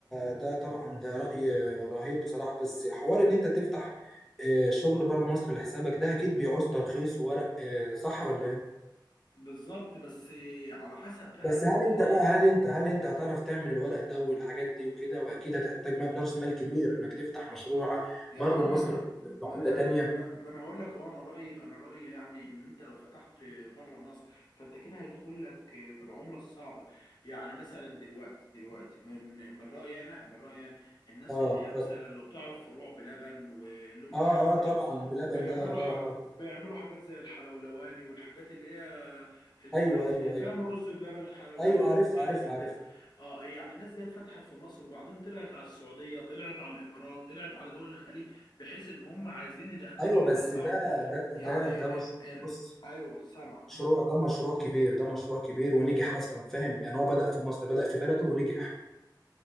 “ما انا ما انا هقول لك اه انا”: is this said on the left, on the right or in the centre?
Left